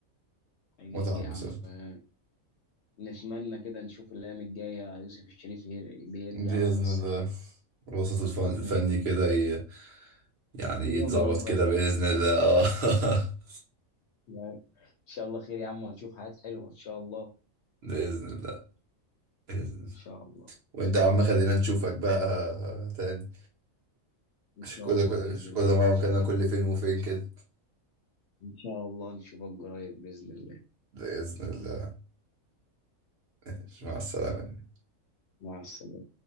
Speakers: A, on the left; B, on the right.
A: حقيقي
B: متعة المسلسل
A: يا عم آه، نتمنى كده نشوف الايام الجايه يوسف الشريف ير- بيرجع
B: بإذن
A: ويمثل
B: الله
A: تاني
B: الوسط الفن-
A: <laughs>
B: الفني كده ي- يعني
A: ينضف
B: يتظبط
A: بقى.
B: كده بإذن الله اه <laughs>
A: ان شاء الله خير يا عم وهنشوف حاجات حلوه ان شاء الله
B: بإذن الله بإذن
A: ان
B: الله
A: شاء الله
B: وانت يا عم خلينا نشوفك بقى تاني
A: ان
B: مش
A: شاء
B: كل
A: الله باذن
B: مش
A: الله
B: كل مرة مكالمة كل فين وفين كده
A: ان شاء الله نشوفك قريب باذن الله
B: بإذن الله ماشي، مع السلامة
A: مع السلامه